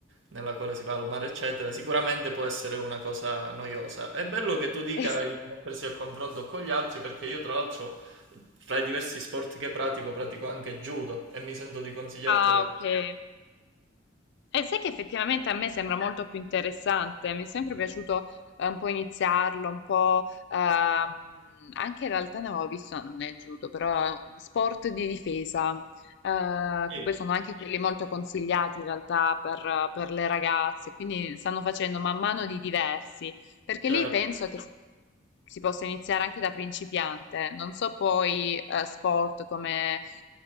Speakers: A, on the right (about 65°); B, on the left (about 60°).
A: nella quale si va al mare, eccetera, sicuramente può essere una cosa noiosa. È bello che tu dica
B: Eh sì.
A: il mettersi a confronto con gli altri, perché io, tra l'altro. Tra i diversi sport che pratico, pratico anche judo e mi sento di consigliartelo.
B: Ah, ok. E sai che effettivamente a me sembra molto più interessante, mi è sempre piaciuto eh, un po' iniziarlo, un po' ehm, anche in realtà ne avevo visto, non è judo, però eh, sport di difesa, eh,
A: Sì,
B: che poi sono anche quelli molto consigliati in realtà per, per le ragazze, quindi stanno facendo man mano di diversi, perché
A: certo.
B: lì penso che si, si possa iniziare anche da principiante, non so poi eh, sport come eh,